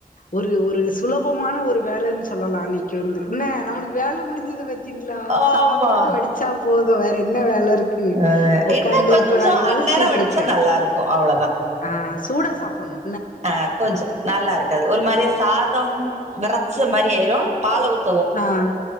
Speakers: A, on the left; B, on the right.
A: ஒரு ஒரு சுலபமான ஒரு வேலைன் சொல்லலா அன்னைக்கு வந்து என்ன நம்முளுக்கு வேல முடிஞ்சது பத்தீங்களா
B: ஆமா
A: சாதம் மட்டு வடிச்சாப் போது வேற என்ன வேல இருக் கு
B: அஹ்
A: ஒக்காந்து
B: என்ன கொஞ்சம்
A: இப்ப நா யோசிச்ட்டு
B: அந்நேரம் வடிச்சா
A: இருக்கேன்
B: நல்லா இருக்கும் அவ்வளவுதான்
A: ஆன் சூடா சாப்புணு
B: ஆ கொஞ்சோ நல்லா இருக்காது ஒரு மாதிரி சாதம் வேரச்ச மாரி ஆயிரு பால்ல உத்
A: ஆன்